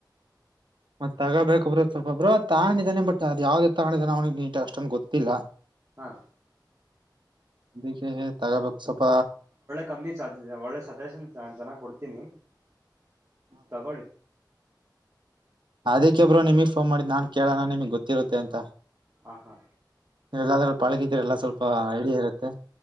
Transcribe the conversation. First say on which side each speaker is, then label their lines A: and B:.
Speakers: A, on the right; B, on the right.
A: ಮತ್ತತ್ ತಗೋಬೇಕಬ್ರು ಸ್ವಲ್ೊಬ್ರು ಅ ತಗೊಂಡಿದ್ದಾನ ಬಟ್ ಅ್ ಯಾವ್ದ ತಗೊಂಡಿದಾನೆ ಅವನಿಿಗೆ ನೀ ಅಷ್ಟೊಂದು ಗೊತ್ತಿಲ್ಲ
B: ಹಾ
A: ಅದಕ್ಕೆ ತಗೋಬೇಕು ಸ್ವಲ್ಪ
B: ಕಮ್ಮಿ ಒಳ್ಳೆ ಸಜಷನ್ ಚೆನ್ನಾಗ್ ಕೊಡ್ತೀನಿ ತಗೊಳ್ಳಿ
A: ಅದಿಕ್ಕೆಬ್ರು ನಿಮಗ್ ಫೋನ್ ಮಾಡಿ ನಾನ್ ಕೇಳೋಣ ನಿಮಗ್ ಗೊತ್ತಿರುತ್ತೆ ಅಂತ
B: ಹ ಹಾ
A: ನೀಲ್ಲಾದ್ರೂ ಬಾಳಕಿದ್ರ ಎಲ್ಲ ಸ್ವಲ್ಪ ಐಡಿಯಾ ಇರುತ್ತೆ